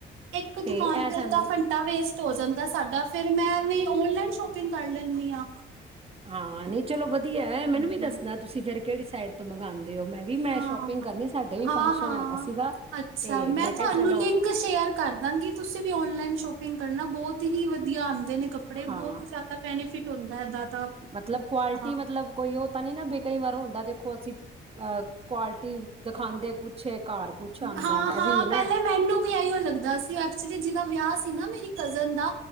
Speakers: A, on the right; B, on the right.
A: ਏਕ ਦੁਕਾਨ
B: ਇਹ
A: ਤੇ
B: ਸਾਨੂੰ
A: ਅਧਾ ਘੰ ਟਾ ਵੇਸਟ ਹੋ ਜਾਂਦਾ ਸਾਡਾ ਫੇਰ ਮੈਂ ਐਂਵੇ ਓਨਲਾਈਨ ਸ਼ੋਪਿੰਗ ਕਰ ਲੈਂਨੀ ਆਂ।
B: ਹਾਂ ਨਈ ਚਲੋ ਵਧੀਆ
A: ਹਾਂਜੀ
B: ਮੈਨੂੰ ਵੀ ਦੱਸਣਾ ਤੁਸੀਂ ਫੇਰ ਕੇੜੀ ਸਾਈਡ ਤੋਂ ਮੰਗਵਾਦੇ ਓ ਮੈਂ ਵੀ ਮੈਂ
A: ਹਾਂ
B: ਸ਼ੋਪਿੰਗ ਕਰਨੀ ਸਾਡੇ ਵੀ
A: ਹਾਂ-ਹਾਂ,
B: ਫੰਕਸ਼ਨ ਹੈਗਾ ਸੀਗਾ,
A: ਅੱਛਾ
B: ਤੇ ਮੈਂ
A: ਤੁਹਾਨੂੰ
B: ਕੇੲ ਚਲੋ
A: ਲਿੰਕ ਸ਼ੇਅਰ ਕਰ ਦਾਂਗੀ ਤੁਸੀਂ ਵੀ ਔਨਲਾਈਨ ਸ਼ੋਪਿੰਗ ਕਰਨਾ ਬੋਤ ਈ ਵਧੀਆ ਆਦੇ ਨੇ ਕਪ ਕੱਪੜੇ
B: ਹਾਂ
A: ਬੋਤ ਹੀ ਜਾਦਾ ਬੈਨੀਫਿਟ ਹੁੰਦਾ ਏਦਾਂ ਤਾਂ,
B: ਮਤਲਬ ਕੁਆਲਿਟੀ
A: ਹਾਂ।
B: ਮਤਲਬ ਕੋਈ ਓ ਤਾਂ ਨੀ ਨਾ ਵੀ ਕਈ ਵਾਰ ਹੁੰਦਾ ਦੇਖੋ ਅਸੀਂ ਅ ਕੁਆਲਿਟੀ ਦਖਾਦੇ ਕੁਛ ਘਰ ਕੁਛ ਆਉਂਦਾ
A: ਹਾਂ-ਹਾਂ
B: ਇਹ ਵੀ ਹੈ
A: ਪੈਲੇ
B: ਨਾ
A: ਮੈਨੂੰ ਵੀ ਆਈਓ ਲੱਗਦਾ ਸੀ ਐਕਚੁਲੀ ਜੀਦਾ ਵੇਆ ਸੀ ਨਾ ਮੇਰੀ ਕਜ਼ਨ ਦਾ